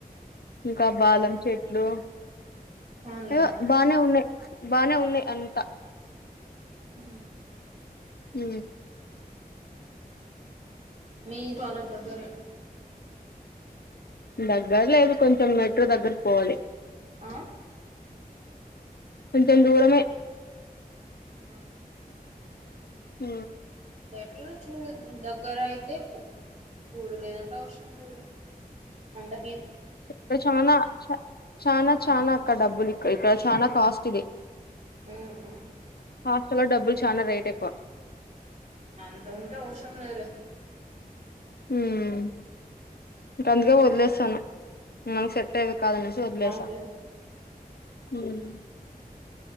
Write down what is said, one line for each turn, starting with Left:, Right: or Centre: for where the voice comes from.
Left: ఇంకా బాలం చెట్లు
Right: అవునులే
Left: ఎవొ బానే ఉన్నాయ్ బానే ఉన్నాయ్ అంతా
Right: ఉహు
Left: ఊ
Right: మీక్ వాళ్ళక్ దగ్గరేనా
Left: దగ్గర లేదు కొంచెం మెట్రో దగ్గరకు పోవాలి
Right: ఆ
Left: కొంచం దూరమే
Right: ఆ
Left: ఊ
Right: ఎట్లనో చూడు దగ్గర అయితే పొ చూడలేదంటా అవసరం లేదులే అంతే.
Left: ఇక్కడ చానా చ చానా చానా అక్క డబ్బులు ఇక్క ఇక్కడ చానా కాస్ట్ ఇది.
Right: ఉమ్ ఉమ్.
Left: హాస్టల్ లో డబ్బులు చానా రేట్ ఎక్కువ.
Right: అంత ఉంటే అవసరం లేదులే.
Left: ఉమ్ ఇంకా అందుకే వదిలేస్తాను మనకు సెట్ అయే. కాదనేసైతే వదిలేస్తా
Right: అవునులే
Left: ఉమ్.